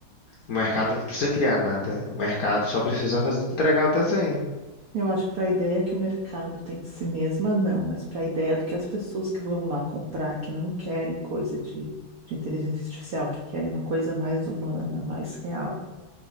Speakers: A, on the left; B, on the right.
A: O mercado não precisa criar nada. O mercado só precisa fazer, entregar o desenho.
B: Eu acho que para a ideia que o mercado tem de si mesma, não, mas para a ideia do que as pessoas que vão lá comprar, que não querem coisa de, de inteligência artificial, que querem uma coisa mais humana, mais real,